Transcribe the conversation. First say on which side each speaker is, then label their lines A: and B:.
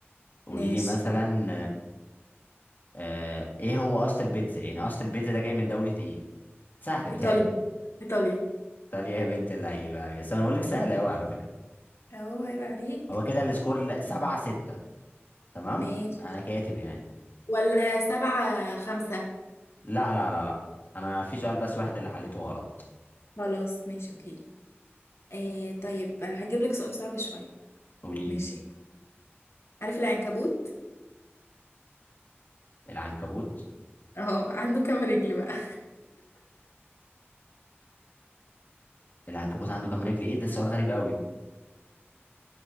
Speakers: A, on the left; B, on the left.
A: قولي
B: ماشي
A: لي مثلا آه ايه هو اصل البيتزا يعني اصل البيتزا ده جاي من دولة ايه سهل بتهيألي
B: إيطاليا إيطاليا
A: ايطاليا يا بنت اللعيبة بس انا بقول لك سهل قوي على فكرة
B: أهو هيبقى عليك
A: هو كده السكور ل- سبعة ستة تمام
B: ماشي
A: انا كاتب يعني
B: ولا سبعة خمسة
A: لا لا لا لا انا في سؤال بس واحد اللي حليته غلط
B: خلاص ماشي أوكي إيه طيب هجيب لك سؤال صعب شوية
A: قولي
B: ماشي
A: لي
B: عارف العنكبوت
A: العنكبوت
B: أهو عنده كام رجل بقى
A: العنكبوت عنده كام رجل ايه ده سؤال غريب قوي